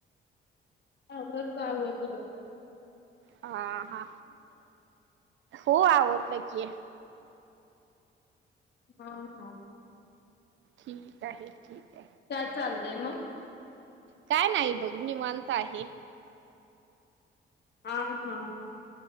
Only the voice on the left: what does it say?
आवडलं आवडलं.
हा हा.
काय चाललंय मग
हा हा.